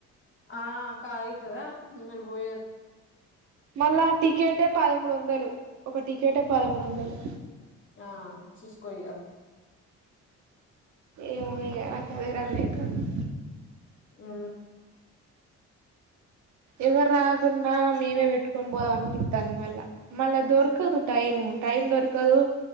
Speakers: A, on the left; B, on the right.
A: ఆ కా అవుతుదా మీరు పోయే
B: మళ్ళా టికెటే పదమూడు వందలు ఒక టికెటే పదమూడు వందలు
A: ఆ చస్కుయ్యా
B: ఏమో ఇగ నాకు అదే రందయితాంది
A: ో
B: ఎవరు రాకుంన్నా మేవే పెట్టుకొని పోం అనిపిస్తుంది మళ్ళా మళ్ళా దొరకదు టైం టైం దొరకదు